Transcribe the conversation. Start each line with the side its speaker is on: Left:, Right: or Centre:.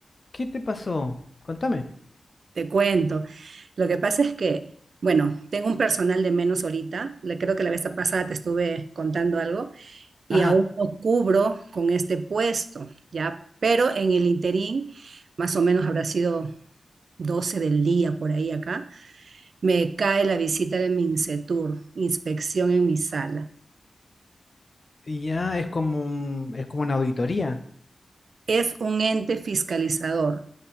Left: ¿Qué te pasó? Contame.
Right: Te cuento. Lo que pasa es que, bueno, tengo un personal de menos ahorita. Le creo que la vez pasada te estuve contando algo y
Left: Ajá,
Right: aún no cubro con este puesto, ¿ya? Pero en el interín, más o menos habrá sido 12 del día por ahí acá Me cae la visita de MINCETUR, inspección en mi sala.
Left: y ya es como un- es como una auditoría.
Right: Es un ente fiscalizador,